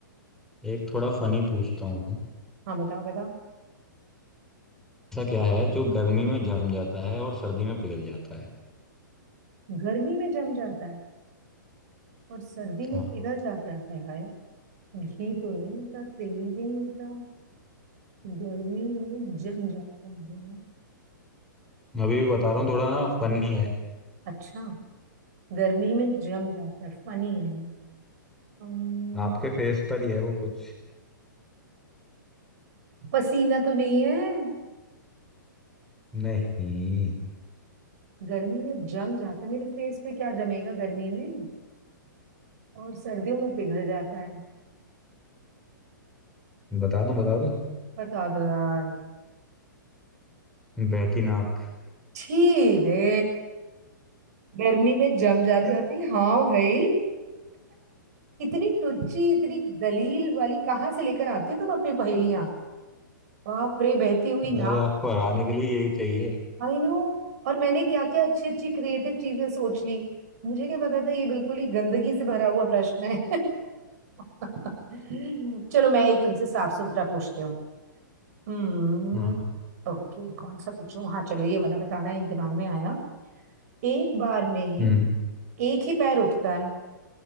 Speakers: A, in the centre; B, on the right (about 50°).
A: एक थोड़ा फनी पूछता हूँ
B: हाँ बताओ बताओ
A: ऐसा क्या है जो गर्मी में जम जाता है और सर्दी में पिघल जाता है
B: गर्मी में जम जाता है और सर्दी में
A: हाँ
B: पिघल जाता है हाय घी तो नहीं होता तेल भी नहीं होता गर्मी में जम जाता है
A: मैं अभी भी बता रहा हूँ थोड़ा ना फनी है
B: अच्छा गर्मी में जम जाता है फनी है हम्म,
A: आपके फेस पर ही है वो कुछ
B: पसीना तो नहीं है
A: नहीं
B: गर्मी में जम जाता है मेरे फेस पे क्या जमेगा गर्मी में और सर्दियों में पिघल जाता है
A: बता दूं बता दूं
B: बता दो यार
A: बहती नाक
B: छी रे गर्मी में जम जाती
A: <laughs>
B: है अरे हाँ भाई इतनी टुच्ची इतनी दलील वाली कहाँ से लेकर आती हो तुम अपनी पहेलियां बाप रे बहती हुई ना
A: अरे आपको हराने के लिए यही चाहिए
B: I know और मैंने क्या क्या अच्छी अच्छी क्रिएटिव चीजें सोच ली मुझे क्या पता था ये बिल्कुल ही गंदगी से भरा हुआ प्रश्न है <laughs> चलो मैं एक तुमसे साफ सुथरा पूछती हूँ हम्म
A: हाँ हाँ।
B: ओके कौन सा पूछूं हाँ चलो ये वाला बताना एक दिमाग में आया एक बार में
A: हम्म
B: एक ही पैर उठता है